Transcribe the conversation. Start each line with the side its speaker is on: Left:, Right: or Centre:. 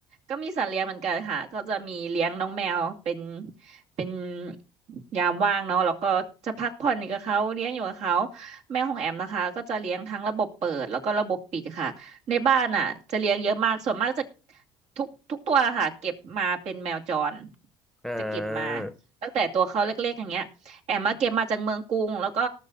Right: ก็มีสัตว์เลี้ยงเหมือนกันค่ะก็จะมีเลี้ยงน้องแมวเป็นเป็นยามว่างเนาะแล้วก็จะพักผ่อนอยู่กับเขาเลี้ยงอยู่กับเขาแมวของแอมนะคะก็จะเลี้ยงทั้งระบบเปิดแล้วก็ระบบปิดค่ะในบ้านน่ะจะเลี้ยงเยอะมากส่วนมากจะทุกทุกตัวค่ะเก็บมาเป็นแมวจร
Centre: เออ
Right: จะเก็บมาตั้งแต่ตัวเขาเล็กๆอย่างเงี้ยแอมมาเก็บมาจากเมืองกรุงแล้วก็